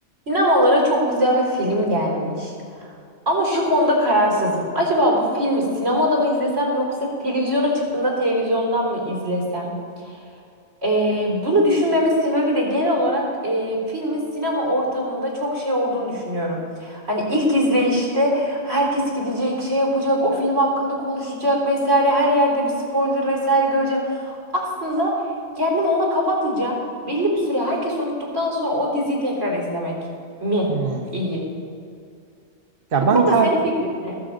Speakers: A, on the right; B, on the right.
A: Sinemalara çok güzel bir film gelmiş. Ama şu konuda kararsızım. Acaba bu filmi sinemada mı izlesem yoksa televizyona çıktığında televizyondan mı izlesem? Ee, bunu düşünmemin sebebi de genel olarak e, filmin sinema ortamında çok şey olduğunu düşünüyorum. Hani ilk izleyişte herkes gidecek, şey yapacak, o film hakkında konuşacak vesaire, her yerde bir spoiler vesaire göreceğim. Aslında kendimi ona kapatacağım. Belli bir süre herkes unuttuktan sonra o diziyi tekrar izlemek mi
B: Hmm.
A: iyi?
B: Ya
A: Bu
B: ben
A: konuda
B: ter
A: senin fikrin ne?